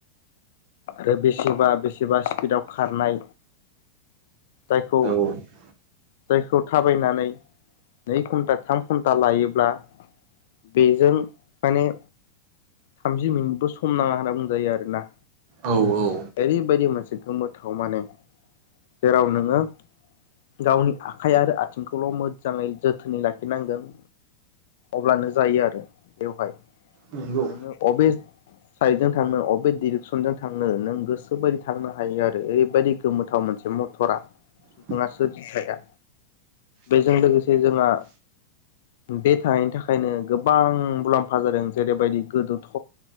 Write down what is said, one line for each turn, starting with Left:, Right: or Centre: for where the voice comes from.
Left: आरो बेसेबा बेसेबा स्पिडआव खारनाय जायखौ
Right: औ
Left: जायखौ थाबायनानै नै घन्टा थाम घन्टा लायो ब्ला बेजों माने थामजि मिनिटबो सम नाङा होनना बुंजायो आरोना।
Right: औ औ।
Left: ओरैबायदि मोनसे गोमोथाव माने जेराव नोङो गावनि आखाइ आरो आथिंखौल' मोजाङै जोथोनै लाखिनांगोन अब्लानो जायो आरो बेवहाय
Right: नंगौ
Left: नोङो अबे साइड जों थांनो अबे डिरेक्सनजों थांनो नों गोसोबायदि थांनो हायो आरो ओरैबायदि गोमोथाव मोनसे मथरा।
Right: <inaudible>
Left: सुबुङा सोरजिखाया बेजों लोगोसे जोंहा बे थानायनि थाखायनो गोबां मुलाम्फा जादों जेरैबायदि गोदोथ'